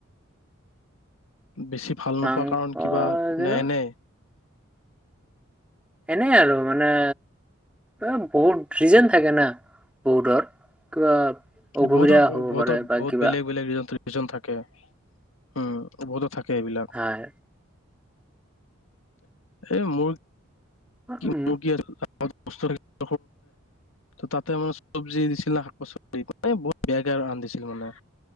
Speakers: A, on the left (about 80°); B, in the centre.
A: বেছি ভাল
B: মাংস
A: নোপোৱা কাৰণ কিবা
B: যেনো
A: নে এনে?
B: এনেই আৰু মানে এ বহুত ৰিজেন থাকে না বহুতৰ কিবা
A: কিন্তু
B: অসুবিধা
A: বহুতৰ ব
B: হ'ব
A: বহুতৰ
B: পাৰে বা
A: বহুত
B: কিবা
A: বেলেগ বেলেগ ৰিজান থা ৰিজন থাকে, উম বহুতো থাকে এইবিলাক।
B: হয়।
A: এ মোৰ,
B: উম
A: কি মোৰ <unintelligible> ত তাতে মানে চব্জি দিছিল ন শাক - পাচলি বহুত বেয়াকে আৰু ৰান্ধিছিল মানে।